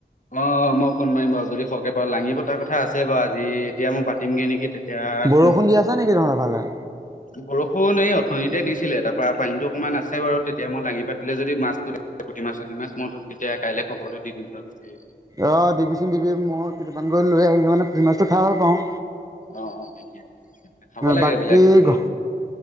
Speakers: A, on the left (about 50°); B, on the right (about 20°).
A: অ, মই ফোন মাৰিম বাৰু যদি সৰকে পাও লাঙি পতাৰ কথা আছে বাৰু আজি এতিয়া মই পাতিমগৈ নেকি? তেতিয়া
B: বৰষুণ দি আছে নেকি তোমাৰ ফালে
A: বৰষুণ এই অথনিতে দিছিলে তাৰ পৰা পানীতটো অকণমান আছে বাৰু, তেতিয়া মই লাঙি পাতিলো যদি মাছ ধৰো পুঠি মাছ চুটি মাছ তেতিয়া কাইলৈ খবৰটো দি দিম
B: অ' দিবিচোন দিবি মই কেইটামান গৈ লৈ আহ মানে পুঠি মাছটো খাই ভাল পাওঁ
A: অ অ ঠিকে ঠিকে খাব লাগে
B: বাকী
A: এইবিলাক লোকেল
B: ঘ